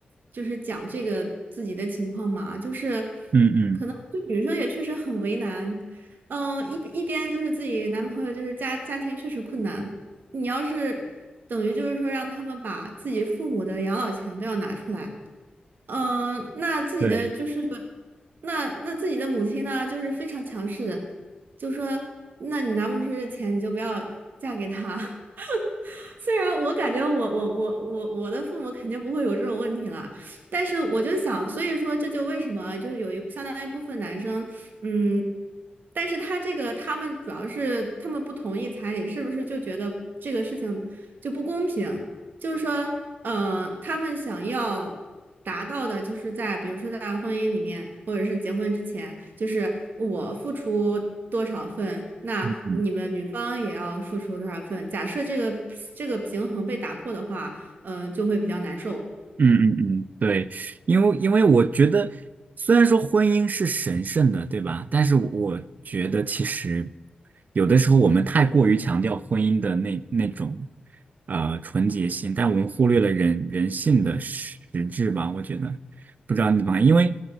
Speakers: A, on the right (about 80°); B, on the right (about 60°).
A: 就是讲这个自己的情况嘛，就是
B: 嗯嗯，
A: 可能就女生也确实很为难，嗯，一一边就是自己男朋友就是家家庭确实困难。你要是等于就是说让他们把自己父母的养老钱都要拿出来，嗯、那自己的就是
B: 对，
A: 那那自己的母亲呢，就是非常强势的，就说那你拿不出这钱，你就不要嫁给他。<laughs> 虽然我感觉我我我我我的父母肯定不会有这种问题了，但是我就想，所以说这就为什么就是有一相当一部分男生，嗯，但是他这个他们主要是他们不同意彩礼，是不是就觉得这个事情就不公平？就是说，呃，他们想要达到的，就是在比如说在婚姻里面，或者是结婚之前，就是我付出多少份，那你们女方也要付出多少份。
B: 嗯嗯
A: 假设这个这个平衡被打破的话，嗯、就会比较难受。
B: 嗯嗯嗯，对，因为因为我觉得，虽然说婚姻是神圣的，对吧？但是我觉得其实有的时候我们太过于强调婚姻的那那种呃纯洁性，但我们忽略了人人性的实质吧？我觉得，不知道你怎么看，因为